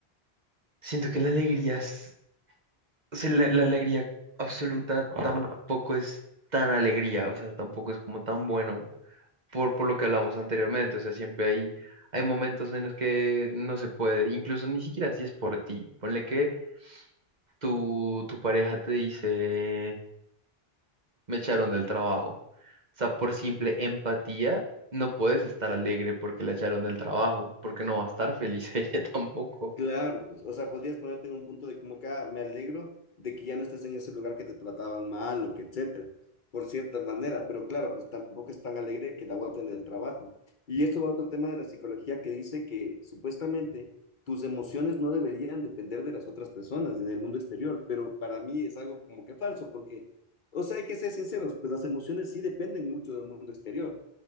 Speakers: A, on the right; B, on the left.
A: Siento que la alegría... es- O sea, la la alegría absoluta tampoco es tan alegría, o sea, tampoco es como tan bueno. por, por lo que hablamos anteriormente. O sea, siempre hay, hay momentos en los que no se puede, incluso ni siquiera si es por ti. Ponle que tu, tu pareja te dice, me echaron del trabajo. O sea, por simple empatía, no puedes estar alegre porque la echaron del trabajo, porque no va a estar feliz <laughs> ella tampoco.
B: Claro, pues, o sea, podrías ponerte en un punto de como que "Ah, me alegro de que ya no estás en ese lugar que te trataban mal o que etcétera, por cierta manera, pero claro, pues tampoco es tan alegre que la boten del trabajo. Y esto va a otro tema de la psicología que dice que supuestamente tus emociones no deberían depender de las otras personas en el mundo exterior, pero para mí es algo como que falso, porque, o sea, hay que ser sinceros, pues las emociones sí dependen mucho del mundo exterior.